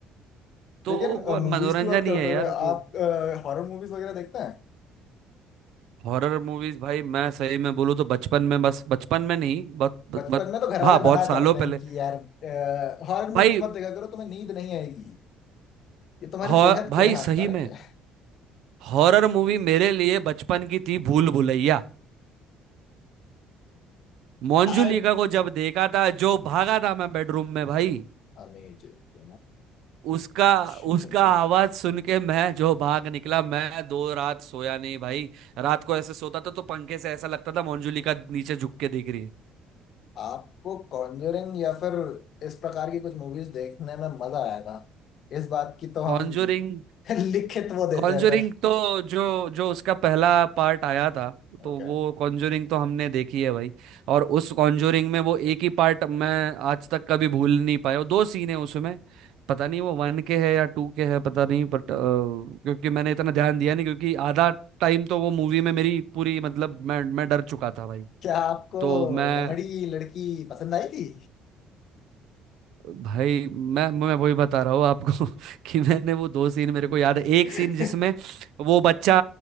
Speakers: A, on the right; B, on the left.
A: तो
B: लेकिन
A: वो
B: मूवीज
A: मनोरंजन
B: की बात करते
A: ही है
B: हुए
A: यार
B: आप
A: वो
B: हॉरर मूवीज वगैरह देखते हैं
A: हॉरर मूवीज भाई मैं सही में बोलूँ तो बचपन में बस बचपन में नहीं बहुत बहुत
B: बचपन में तो घर वाले
A: हाँ
B: मना
A: बहुत सालों
B: करते
A: पहले
B: हैं कि यार हॉरर मूवीज
A: भाई
B: मत देखा करो तुम्हें नींद नहीं आएगी ये तुम्हारी
A: हॉ-
B: सेहत
A: भाई
B: के लिए हानिकारक
A: सही में
B: है
A: हॉरर मूवी मेरे लिए बचपन की थी भूल भुलैया मोंजुलिका
B: आई
A: को जब देखा था जो भागा था मैं बेडरूम में भाई
B: अमेजिंग
A: उसका
B: छुम
A: उसका
B: छुम छुम
A: आवाज सुन के मैं जो भाग निकला मैं दो रात सोया नहीं भाई रात को ऐसे सोता था तो पंखे से ऐसा लगता था मोंजुलिका नीचे झुक के देख रही है
B: आपको कॉन्जरिंग या फिर इस प्रकार की कुछ मूवीज देखने में मजा आएगा इस बात की तो हम
A: कॉन्जोरिंग
B: <laughs> लिखित वो देते
A: कॉन्जरिंग
B: हैं पर
A: तो जो जो उसका पहला पार्ट आया था तो
B: ओके
A: वो कॉन्जरिंग तो हमने देखी है भाई और उस कॉन्जरिंग में वो एक ही पार्ट मैं आज तक कभी भूल नहीं पाया वो दो सीन है उसमें पता नहीं वो वन के है या टू के है पता नहीं बट क्योंकि मैंने इतना ध्यान दिया नहीं क्योंकि आधा टाइम तो वो मूवी में मेरी पूरी मतलब मैं मैं डर चुका था भाई
B: क्या आपको
A: तो मैं
B: लंगड़ी लड़की पसंद आई थी
A: भाई मैं मैं वही बता रहा हूँ आपको <laughs> कि मैंने वो दो सीन मेरे को याद है एक
B: <laughs>
A: सीन जिसमें वो बच्चा